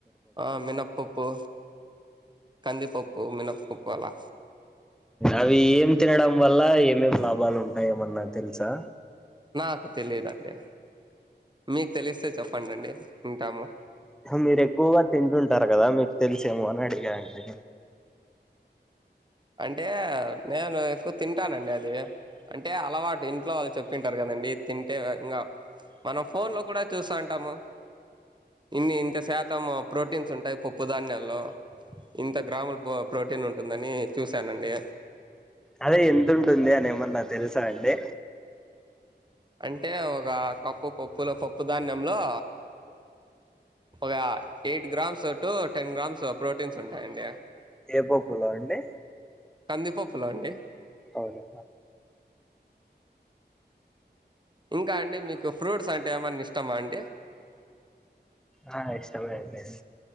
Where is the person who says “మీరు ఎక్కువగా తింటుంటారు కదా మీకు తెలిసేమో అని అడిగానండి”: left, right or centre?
Centre